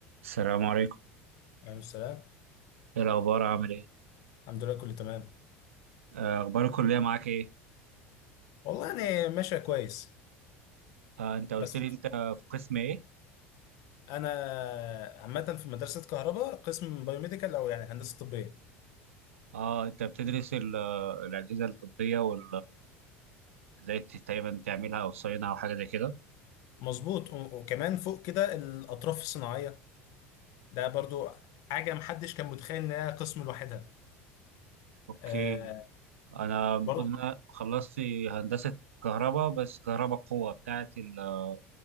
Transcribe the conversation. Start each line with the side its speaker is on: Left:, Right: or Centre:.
Right: السلام عليكم
Left: عليكم السلام
Right: ايه الاخبار عامل ايه
Left: الحمد لله كله تمام
Right: آه، اخبار الكليه معاك ايه
Left: والله يعني ماشية كويس
Right: آه، انت قلت
Left: بس
Right: لي انت في قسم ايه
Left: أنا عامة في مدرسة كهرباء قسم بايوميديكال أو يعني هندسة طبية
Right: اه انت بتدرس ال- الاجهزه الطبيه وال ازاي تقريبا تعملها او تصينها او حاجه زي كده
Left: مظبوط و- وكمان فوق كده الأطراف الصناعية ده برضو حاجة محدش كان متخيل إنها قسم لوحدها
Right: اوكي
Left: آه
Right: انا المفروض
Left: برضو
Right: ان انا خلصت هندسه كهرباء بس كهرباء قوه بتاعت ال-